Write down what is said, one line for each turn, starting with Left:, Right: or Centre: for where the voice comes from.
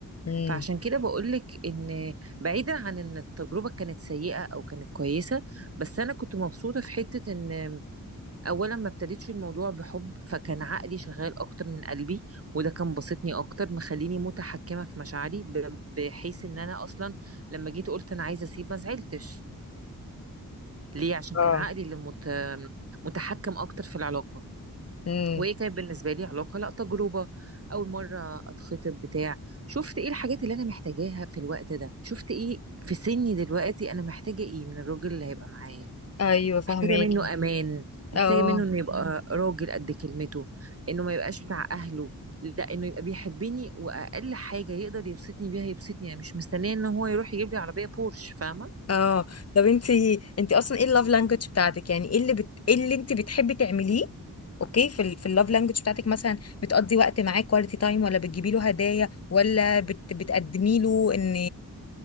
Left: امم
Right: فعشان كده بقولك ان بعيدا عن ان التجربة كانت سيئة او كانت كويسة بس انا كنت مبسوطة في حتة ان اولا ما ابتديتش الموضوع بحب فكان عقلي شغال اكتر من قلبي وده كان بسطني اكتر مخليني متحكمة في مشاعري ب- بحيث ان انا اصلا لما جيت قلت انا عايزة اسيب ما زعلتش ليه عشان
Left: اه
Right: كان عقلي اللي مت... متحكم اكتر في العلاقة
Left: امم
Right: وهي كانت بالنسبه لي علاقه لا تجربه اول مره اتخطب بتاع شفت ايه الحاجات اللي انا محتاجاها في الوقت ده شفت ايه في سني دلوقتي انا محتاجه ايه من الراجل اللي هيبقى معايا
Left: ايوه فهماكي
Right: محتاجه منه امان محتاجه
Left: اه
Right: منه انه يبقى راجل قد كلمته انه ما يبقاش بتاع اهله لا انه يبقى بيحبني واقل حاجه يقدر يبسطني بيها يبسطني انا مش مستنيه ان هو يروح يجيب لي عربيه بورش فاهمه
Left: اه طب انتي انتي اصلا ايه اللاف لانجوج بتاعتك يعني ايه اللي بت... ايه اللي انتي بتحبي تعمليه اوكي في ال... في اللاف لانجوج بتاعتك مثلا بتقضي وقت معاه كواليتي تايم ولا بتجيبي له هدايا ولا بت... بتقدمي له ان